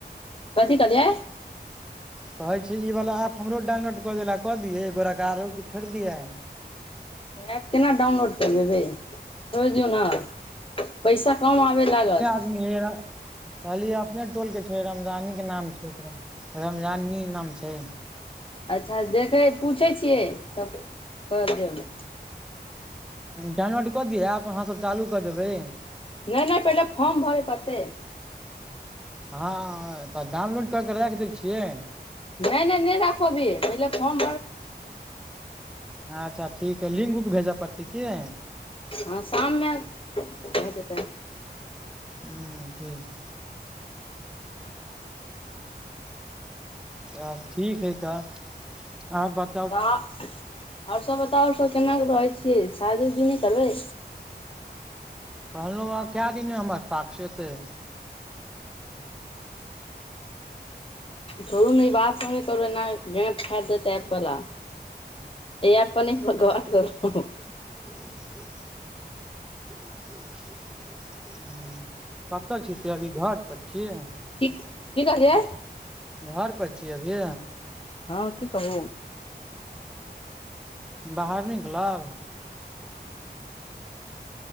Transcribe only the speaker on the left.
काथी कलियै
एप केना डाउनलोड कर देबै छोड़ दियौ न पैसा कम आबे लागतऽ
अच्छा देखै पूछै छियै तब कर देब
नहि नहि पहिले फॉर्म भरय पड़तै।
नहि नहि नहि राखबि पहिले फोर्म
हँ शाम मे भऽ जेतै
तऽ आओर सभ बताउ आओर सभ केना कऽ रहै छियै शादी उदी नहि करबै
छोड़ ने ई बात सम नहि करू एना फायतप पला ए आप परने भव करू
कि कि कहलियै।
हँ कि कहब